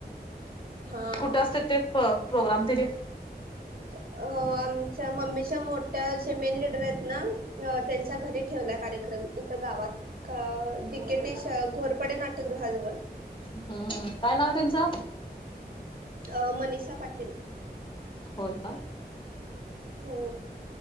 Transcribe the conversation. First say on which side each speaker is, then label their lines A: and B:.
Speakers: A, on the right; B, on the left.
A: हा
B: कुठं असत ते प्रोग्राम तिथे?
A: अ आमच्या मम्मीच्या मोठ्या जे मेन लीडर आहेत ना त्यांच्या घरी ठेवला. कार्यक्रम इथं गावात डकेटी घोरपडे नाट्यगृहाजवळ
B: हम्म काय नाव आहे त्यांचं?
A: अ मनीषा पाटील..
B: होय काय.
A: हो.